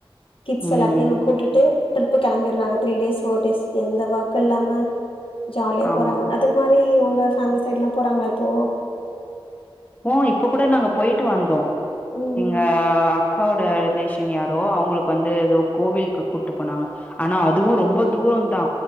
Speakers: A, on the left; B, on the left.
A: கிட்ஸ்
B: ம்
A: எல்லாத்தையு கூட்டிட்டு ட்ரிப்பு கெளம்பியறாங்க த்ரீ டேஸ் ஃபோர் டேஸ் எந்த ஒர்க்கு இல்லாம ஜாலியா
B: ஆமா
A: போறாங்க
B: ஆமா
A: அது மாரி ஒங் க பேமிலி சைட்லா போறாங்களா இப்போ
B: ஓ இப்ப கூட நாங்க போயிட்டு வந்தோ
A: ம்
B: எங்க அக்காவோட ரிலேஷன் யாரோ அவங்களுக்கு வந்து எதோ கோவிலுக்கு கூப்ட்டு போனாங்க ஆனா அதுவு ரொம்ப தூரொந்தா